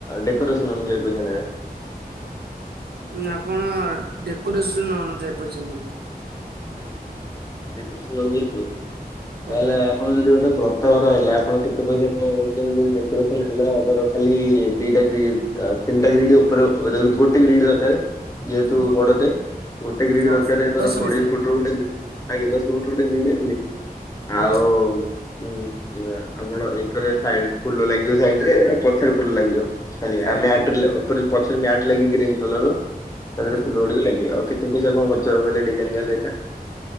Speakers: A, on the left; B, on the right.
A: ଡେକୋରେସନ ଅନୁଯାୟୀ ପଇସା ନେବେ।
B: ନା ଆପଣ ଡେକୋରେସନ ଅନୁଯାୟୀ ପଇସା ନେବେ।
A: ଆ ଡେକୋରେସନ ଅନୂଯାଇ ପଇସା
B: ଆଜ୍ଞା।
A: ତାହେଲେ ଆ କଣ ଯଦି ଗୋଟେ ବ୍ରତଘର ହେଲା ଆପଣ କେତେ ପଇସା କଣ ନଉଛନ୍ତି ଯଦି ଡେକୋରେସନ ହେଲା ଧର ଖାଲି ଦିଟା ଇଏ ୟା ତିନିଟା ଗ୍ରିଡ୍ ଉପରେ ଓ ଗୋଟେ ଗ୍ରିଡି ଦରକାରେ। ଯେହେତୁ
B: ଗୋ
A: ବଡଟେ ଗୋଟେ ଗ୍ରୀଡ
B: ହଁ
A: ଦରକାର ଧର
B: ଦଶ
A: କୋଡିଏ
B: ପଟିଆ
A: ଫୁଟର ଆଜ୍ଞା ଦଶ ଫୁଟର ଗୋଟେ ଗ୍ରିଡ ଦେନି ଆଉ
B: ଆଜ୍ଞା
A: ଉୁଁ ଆପଣ ଏକ୍ ରେ ସାଇ ଫୁଲ ଲାଗିବ ସାଇଡ୍ ରେ ପଛରେ ଫୁଲ ଲାଗିବ। ଖାଲି
B: ଆଜ୍ଞା
A: ଆ ମ୍ୟାଟ୍ ଲେ ଉପରେ ପଛରେ ମ୍ୟାଟ ଲାଗି ଗ୍ରୀନ୍ କଲର୍ ର ତା
B: ଆଜ୍ଞା।
A: ଦେହେରେ ଫୁଲ ଗୁଡିକ ଲାଗିବ ଓକେ। ତେ ପଇସା କଣ ଖର୍ଚ୍ଚ ହବ କଲେ ଡିଜାଇନ୍ ଦେଲେ ଏଟା।